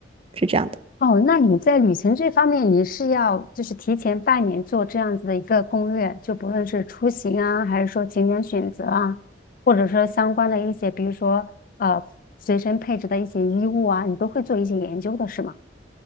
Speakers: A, on the right; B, on the left.
A: 是这样的。
B: 哦，那你在旅行这方面，你是要就是提前半年做这样子的一个攻略，就不论是出行啊，还是说景点选择啊，或者说相关的一些，比如说呃随身配置的一些衣物啊，你都会做一些研究的，是吗？